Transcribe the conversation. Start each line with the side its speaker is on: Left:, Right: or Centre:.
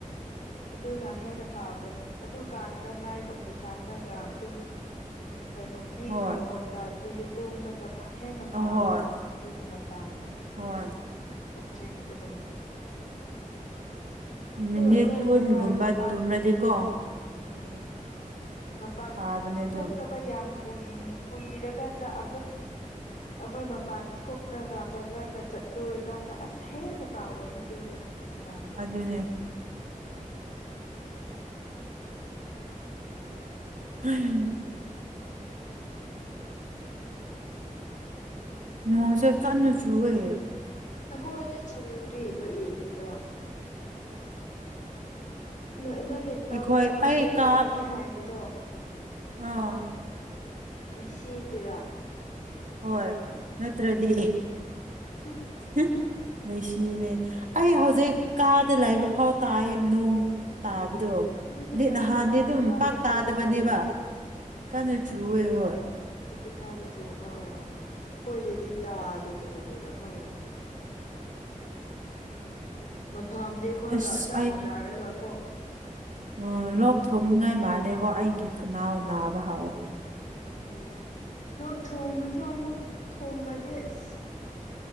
Left: ꯑꯗꯨꯅ ꯍꯦꯟꯅ ꯐꯕꯅꯤ ꯑꯗꯨꯀꯥꯟꯗ ꯃꯥꯏꯒ ꯃꯨꯠꯊꯥꯜꯂꯒ ꯑꯗꯨꯝ ꯀꯩꯅꯣ ꯃꯤꯒꯤ
Right: ꯍꯣꯏ
Left: ꯃꯈꯣꯟ ꯇꯥꯗꯕꯤꯗ ꯇꯨꯝꯕꯅ ꯍꯦꯟꯅ ꯐꯥꯏꯌꯦ
Right: ꯑꯍꯣꯏ
Left: ꯗꯨꯒꯤ ꯃꯇꯥꯡꯗ
Right: ꯍꯣꯏ
Left: ꯀꯣꯛ ꯆꯦꯛꯄꯗꯣ
Right: ꯃꯤꯅꯤꯠ
Left: ꯑꯩꯈꯣꯏ
Right: ꯀꯨꯟꯒꯨꯝꯕ
Left: ꯕꯖꯥꯔ ꯃꯄꯥꯟ
Right: ꯇꯨꯝꯔꯗꯤꯀꯣ
Left: ꯎꯝ ꯃꯄꯥꯟ
Right: ꯐꯥꯕꯅꯦ ꯑꯗꯨꯝ
Left: ꯊꯣꯛꯇꯕ ꯌꯥꯝ ꯀꯨꯏ ꯀꯨꯏꯔꯀꯥꯟꯗ ꯑꯃꯨꯛ ꯑꯩꯈꯣꯏ ꯃꯄꯥꯟ ꯊꯣꯛꯂꯒ ꯕꯖꯔꯒ ꯆꯠꯂꯨꯔꯀꯥꯟꯗ ꯑꯁ ꯍꯦꯟꯅ ꯇꯥꯎꯕꯅꯦ ꯑꯗꯨ ꯃꯇꯝ
Right: ꯗꯨꯨꯅꯦ ꯎꯝ ꯅꯣꯡꯁꯦ ꯀꯟꯅ ꯆꯨꯋꯦ
Left: ꯑꯩꯈꯣꯏꯗ ꯆꯨꯗꯦ ꯀꯔꯤꯒꯤꯔꯥ ꯅꯣꯏ ꯅꯣꯏꯒꯤ ꯅꯅꯥꯎꯅꯨꯄꯥ
Right: ꯑꯩꯈꯣꯏ ꯑꯩ
Left: ꯐꯨꯔꯤꯠ
Right: ꯀꯥ
Left: ꯂꯥꯏꯒꯅꯤ ꯍꯥꯏꯕꯗꯣ
Right: ꯑꯥ
Left: ꯃꯤꯁꯤꯒꯤꯔꯥ
Right: ꯍꯣꯏ ꯅꯠꯇ꯭ꯔꯗꯤ
Left: ꯍꯨꯝ
Right: ꯍꯨꯝ ꯃꯦꯁꯤꯅꯦ ꯑꯩ ꯍꯧꯖꯤꯛ ꯀꯥꯗ ꯂꯩꯕ ꯐꯥꯎ ꯇꯥꯏꯌꯦ ꯅꯣꯡ ꯇꯥꯕꯗꯣ
Left: ꯑꯗꯨꯗꯤ
Right: ꯑꯗꯩ
Left: ꯌꯥꯝ
Right: ꯅꯍꯥꯟꯗꯤ
Left: ꯀꯥꯟꯅ
Right: ꯑꯗꯨꯝ
Left: ꯀꯥꯟꯅ
Right: ꯄꯥꯛ ꯇꯥꯗꯕꯅꯦꯕ
Left: ꯆꯨꯕ ꯃꯥꯜꯂꯦ
Right: ꯀꯅꯣ ꯆꯨꯋꯦ ꯍꯣꯏ
Left: ꯑꯗꯨꯗꯤ ꯀꯥꯟꯅ ꯆꯨꯕ ꯑꯣꯏꯔꯝꯃꯣꯏ ꯑꯩꯈꯣꯏꯗꯗꯤ ꯇꯥꯗꯦ ꯀꯔꯤꯒꯤꯅꯣ ꯈꯪꯉ ꯃꯐꯝꯗꯤ ꯑꯩꯈꯣꯏꯒ
Right: ꯑꯁ
Left: ꯆꯞ ꯃꯥꯟꯅꯔꯒ ꯀꯣ
Right: ꯑꯣ ꯂꯣꯛ ꯊꯨꯡꯅꯤꯡꯉꯥꯏ ꯃꯥꯜꯂꯦꯕꯣ ꯑꯩꯒꯤ ꯈꯅꯥꯎ ꯅꯥꯕ ꯍꯥꯎꯋꯦ
Left: ꯎꯝ ꯂꯣꯛ ꯊꯣꯝꯂꯁꯨ ꯑꯃꯨꯛ ꯊꯣꯝꯂꯗꯤ ꯑꯁ